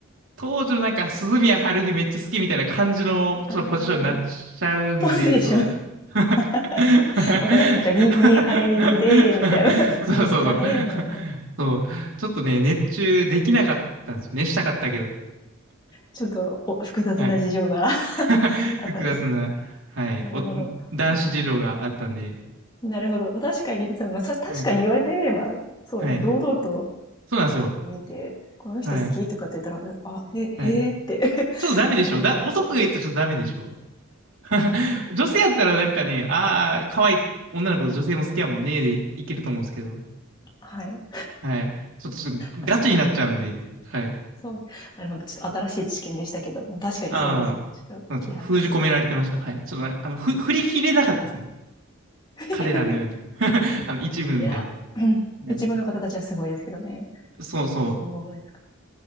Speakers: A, on the right; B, on the left.
A: 当時のなんか、鈴宮春日めっちゃ好きみたいな感じの、
B: あー、
A: ちょっとポジションになっちゃうんで、
B: ぽいでしょ。
A: そう。<laughs>
B: <laughs> わかります。なんか、に、ニーハイで、みたいな、<laughs> ミニスカでの女の子。
A: そうそうそう。そう。ちょっとね、熱中できなかったんですよね。したかったけど。
B: ちょっとお、複雑な事情が
A: はい。
B: <laughs>
A: <laughs>
B: あったんですね。
A: 複雑な、はい。
B: なるほど。
A: お、男子事情があったんで。
B: そうですか。なるほど。確かに、そう、まあ、さ確かに言われてみれば、
A: はい。
B: そうですね。
A: はい。
B: 堂々と
A: そうなんですよ。
B: 見て、この人好きとかって言ったら、
A: はい。
B: あ、へ、へーって
A: はい。ちょっとダメでしょだ、
B: <laughs> 言われるかもしれないです。
A: 男が言ったらちょっとダメでしょ <laughs> 女性やったらなんかね、ああ、可愛い女の子、女性も好きやもんね、でいけると思うんですけど。
B: はい。
A: はい。ちょっと、ちょっとガチになっちゃうんで。
B: 確かになるほど。
A: はい。
B: そう。なるほど。ちょっと新しい知見でしたけど、確かにそうですね。
A: ああ、
B: ちょっと気恥ずかしいかも。
A: なんですか。封じ込められてました。はい。ちょっとね、あの、ふ、振り切れなかったですね。
B: <laughs>
A: 彼らのように。<laughs> あの、一部みたいに。
B: いや、うん一部の方たちはすごいですけどね。
A: はい、そうそう。
B: そうですか。